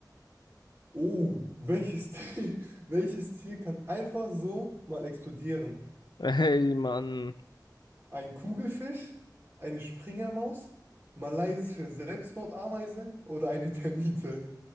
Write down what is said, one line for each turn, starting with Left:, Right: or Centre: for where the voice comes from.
Right: Oh, welches <laughs> Tier, welches Tier kann einfach so mal explodieren?
Left: <laughs> Ey, Mann.
Right: Ein Kugelfisch, eine Springermaus, malaysische Selbstmordameise oder eine Termite?